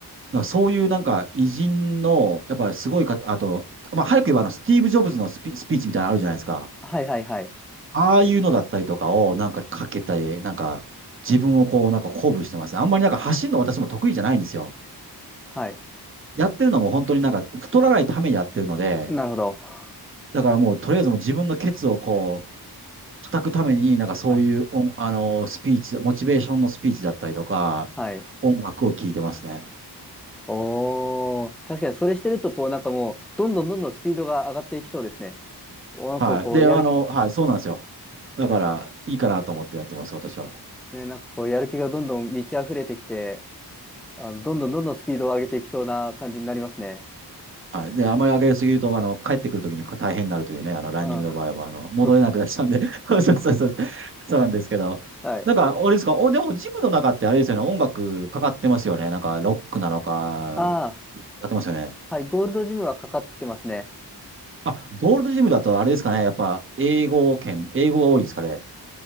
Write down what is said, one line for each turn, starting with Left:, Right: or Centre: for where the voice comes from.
Right: なんかそういうなんか偉人の、やっぱすごい方、あと、まあ、早く言えばあの、スティーブ・ジョブズのスピ、スピーチみたいなのあるじゃないですか。
Centre: はいはいはい。
Right: ああいうのだったりとかをなんかかけたり、なんか自分をこうなんか鼓舞してます。あんまりなんか走るの私も得意じゃないんですよ。
Centre: はい。
Right: やってるのも本当になんか太らないためにやってるので、
Centre: なるほど。
Right: だからもうとりあえずもう自分のケツをこう叩くためになんかそういう音あの、
Centre: はい。
Right: スピーチ、モチベーションのスピーチだったりとか、
Centre: はい。
Right: 音楽を聴いてますね。
Centre: おお、確かにそれしてると、こうなんかもう、どんどんどんどんスピードが上がっていきそうですね。お、なんかこう、
Right: はい。で、
Centre: やる気、
Right: あの、はい、そうなんですよ。だから、いいかなと思ってやってます、私は。
Centre: ね、なんかこう、やる気がどんどん満ち溢れてきて、あの、どんどんどんどんスピードを上げていきそうな感じになりますね。
Right: はい。で、あまり上げすぎると、あの、帰ってくるときに大変になるというね、あの、ランニングの場合は、
Centre: ああ、
Right: あの、
Centre: そう、
Right: 戻れなくなっちゃうんで、<laughs> そうそうそうそう、そうなんですけど。
Centre: はい。
Right: なんか、あれですか、お、でも、ジムの中ってあれですよね、音楽かかってますよね。なんか、ロックなのか、
Centre: あ
Right: かかってますよね。
Centre: あ、はい。ゴールドジムはかかってますね。
Right: あ、ゴールドジムだとあれですかね、やっぱ、英語圏、英語が多いですかね。